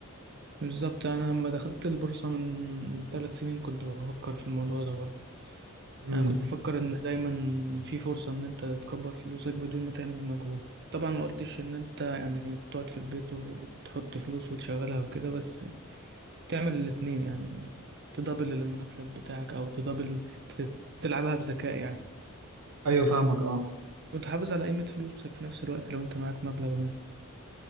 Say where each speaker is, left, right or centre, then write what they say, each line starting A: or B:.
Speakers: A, on the right; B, on the right.
A: بالظبط انا لما دخلت البورصة من ثلاث سنين كنت بفكر في الموضوع ده برضه
B: امم
A: انا كنت بفكر ان دايما في فرصة ان انت تكبر فلوسك بدون ما تعمل مجهود طبعا ما قلتش ان انت يعني تقعد في البيت وتحط فلوس وتشغلها وكده بس تعمل الاتنين يعني تدبل المكسب بتاعك او تدبل ت- تلعبها بذكاء يعني
B: ايوه فاهمك اه
A: وتحافظ على قيمة فلوسك في نفس الوقت لو انت معاك مبلغ ما